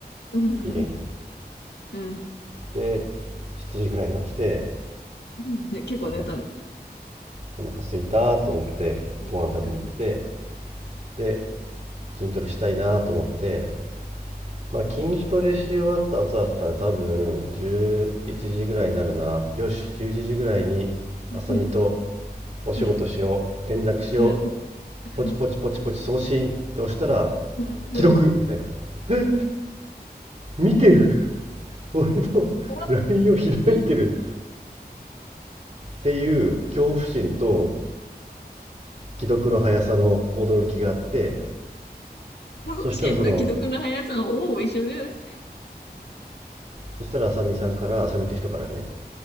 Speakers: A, on the left; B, on the right.
A: うん。
B: 家に
A: うん。
B: で7時ぐらいに起きて
A: うんね、結構寝たね。
B: お腹空いたと思ってご飯食べに行って
A: うん、うん、
B: で筋トレしたいなと思って、まあ、筋トレし終わった後だったら多分11時ぐらいになるなよし11時ぐらいにあさみと
A: うん、
B: お仕事しよう連絡しよ
A: うん、うん、うん、
B: ポチポチポチポチ送信って押したら
A: うん、うん、うん、
B: 既読みたいなえ見てる俺のラインを開いてる
A: 怖っうん。怖
B: っていう恐怖心と既読の速さの驚きがあって
A: ボクシーと既読の速さはほぼ一緒じゃない
B: そしたらそのそしたらあさみさんからあさみって人からね